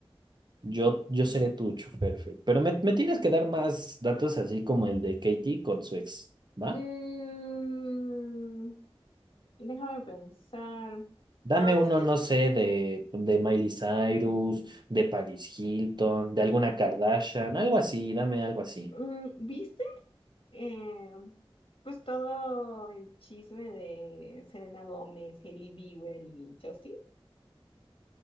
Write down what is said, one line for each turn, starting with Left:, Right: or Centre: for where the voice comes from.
Right: Yo, yo seré tu chofer, Fer. Pero me, me tienes que dar más datos así como el de Katie con su ex, ¿va?
Left: Mm, Déjame pensar. No,
Right: Dame uno,
Left: es que,
Right: no sé, de, de Miley Cyrus, de Paris Hilton, de alguna Kardashian, algo así, dame algo así.
Left: mm, ¿viste? Eh, pues todo el chisme de Selena Gómez, Hailey Bieber y Justin.